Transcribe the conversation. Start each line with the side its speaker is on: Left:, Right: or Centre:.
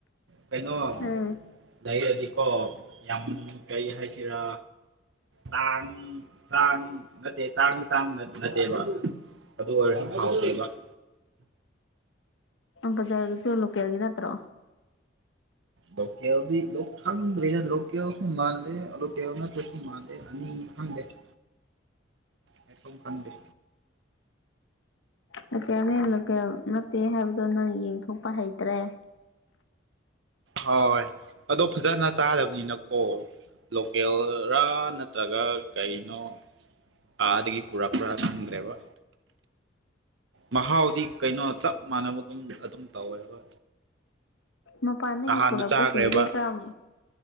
Right: ꯀꯩꯩꯅꯣ
Left: ꯎꯝ
Right: ꯑꯗꯩꯔꯗꯤꯀꯣ ꯌꯥꯝ ꯀꯔꯤ ꯍꯥꯏꯁꯤꯔꯥ ꯇꯥꯡ ꯇꯥꯡ ꯅꯠꯇꯦ ꯇꯥꯡꯗꯤ ꯇꯥꯡ ꯅꯠꯇꯦꯕ ꯑꯗꯨ ꯑꯣꯏꯔꯁꯨ ꯍꯥꯎꯗꯦꯕ <unintelligible>
Left: ꯕꯖꯥꯔꯒꯤꯁꯨ ꯂꯣꯀꯦꯜꯒꯤ ꯅꯠꯇ꯭ꯔꯣ
Right: ꯂꯀ ꯂ ꯈꯪꯔꯤꯖ ꯂ ꯀꯁꯨ ꯃꯥ ꯂꯀꯁꯨ ꯃꯥꯦ ꯍꯦ ꯍꯠꯇꯝ ꯐꯟꯗꯦ
Left: ꯂꯣꯀꯦꯜꯅꯦ ꯂꯣꯀꯦꯜ ꯅꯠꯇꯦ ꯍꯥꯏꯕꯗꯣ ꯅꯪ ꯌꯦꯡꯊꯣꯛꯄ ꯍꯩꯇ꯭ꯔꯦ
Right: ꯍꯣꯏ ꯑꯗꯣ ꯐꯖꯅ ꯆꯥꯗꯕꯅꯤꯅꯀꯣ ꯂꯣꯀꯦꯜꯔꯥ ꯅꯠꯇ꯭ꯔꯒ ꯀꯩꯅꯣ ꯑꯥꯗꯒꯤ ꯄꯨꯔꯛ ꯄꯨꯔꯥ ꯈꯪꯗ꯭ꯔꯦꯕ ꯃꯍꯥꯎꯗꯤ ꯀꯩꯅꯣ ꯆꯞ ꯃꯥꯟꯅꯕꯒꯨꯝ ꯑꯗꯨꯝ ꯇꯧꯋꯦꯕ
Left: ꯃꯄꯥꯟꯗꯒꯤ
Right: ꯅꯍꯥꯟꯗꯣ
Left: ꯄꯨꯔꯛꯄꯁꯤꯡꯁꯤ
Right: ꯆꯥꯈ꯭ꯔꯦꯕ
Left: ꯀ ꯎ